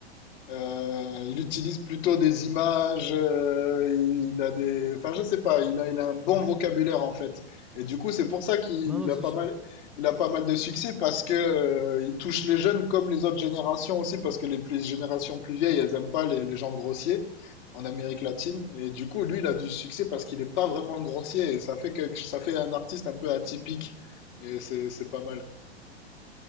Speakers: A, on the left; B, in the centre.
A: Euh, il utilise plutôt des images, euh, il a des, enfin je sais pas, il a, il a un bon vocabulaire en fait. Et du coup, c'est pour ça qu'il
B: Non, non, c'est
A: a pas
B: sûr.
A: mal, il a pas mal de succès parce que euh, il touche les jeunes comme les autres générations aussi parce que les plus générations plus vieilles, elles aiment pas les, les gens grossiers en Amérique latine. Et du coup, lui, il a du succès parce qu'il est pas vraiment grossier et ça fait quelque, ça fait un artiste un peu atypique et c'est, c'est pas mal.